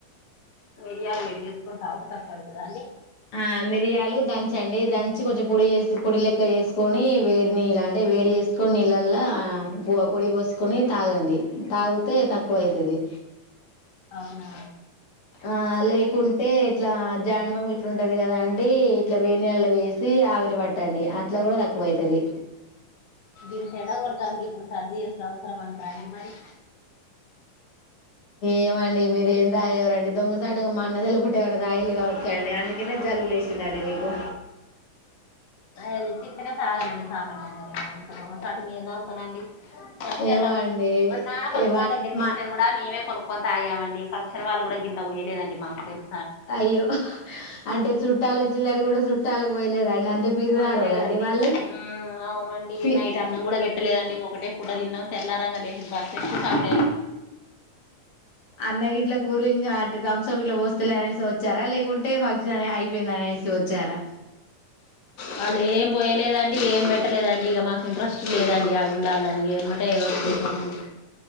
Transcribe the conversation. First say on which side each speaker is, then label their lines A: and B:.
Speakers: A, on the left; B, on the left.
A: వేడియాలు వేడి చేసుకని తాగుత తక్కువవుతుంద అండి
B: ఆ మిరియాలు దంచండి దంచి కొంచెం పొడి పొడి లెక్క చేసుకొని వేడిని అంటే వేడి చేసి కొన్నిళ్లలా పొడి పోసుకొని తాగండి తాగితే తక్కువ అైతుది
A: అవునా
B: ఆ లేకుంటే ఇట్లా జానవి అట్లుంటది కదండి ఇట్లా వేడిళ వేసి ఆవిరి పట్టండి అట్లా కూడా తక్కువ అైతుది
A: దీని తండ కొడతా ఇప్పుడు సర్ది చేసిన అవసరం అంటార అండి మరి
B: ఏమండి మీర ఏం దాయవరండి దొంగసాటగా అన్న తెలు కుట్టేమన్నా దాయిలుగా వచ్చాయంండి అందుకనే జలుగులేసిందండి మీకు
A: అది చిత్తనే తాగనండి సామాన్యంగానే ఇంకా దొమ చాటు మీ ఏం త అగుతున్నాండి ఫంక్షన్ల
B: ఏమో అండి
A: మొన్నా ఫంక్షన్
B: ఏ వన్
A: దగ్గగికిలతే
B: మా
A: కూడాడా మ మీవే కొనుకొ తాయామండి ఫంక్షన్ వాళ్ళు కూడా గింత పోయ్యలేదండి మాకు తెలి
B: అయ్యో అంటే చుట్టాల వచ్చినడు కూడా చుట్టాలకు పోయలే అం అంత పిసినారోళ్ళండి
A: పోయలేదండి
B: వాళ్ళు
A: అవునండి
B: పి
A: నైట్ అన్నం కూడా పెట్టలేదండి ఒకటే పూట తిన్న తెల్ల రంగ లేసి బట్లు ఊటు
B: అన్న వీట్ల కూరుంగా థమ్స్ప్ ఇలా వస్తలే అనేసి వచ్చారా లేకుంటే ఫంక్షన్ అ అయిపోయింద అనేసి వచ్చారా
A: వాళ్ళు ఏం పోయలేదండి ఏం పెట్టలేదండి ఇక మాకు ఇంట్రెస్ట్ లేదండి అది ఉండాలని ఏమటే చేసండి